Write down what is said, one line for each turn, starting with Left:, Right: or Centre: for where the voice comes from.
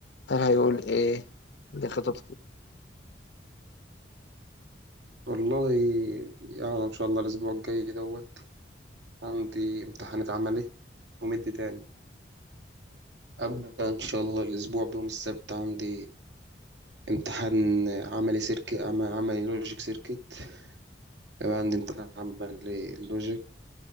Left: هل هيقول إيه لخطط
Right: والله يعني إن شاء الله الأسبوع الجاي دوت عندي امتحانات عملي ومد تاني أبدأ إن شاء الله الأسبوع بيوم السبت عندي امتحان عملي سيركت عملي لوجيك سيركت يبقى عندي امتحان عملي لوجيك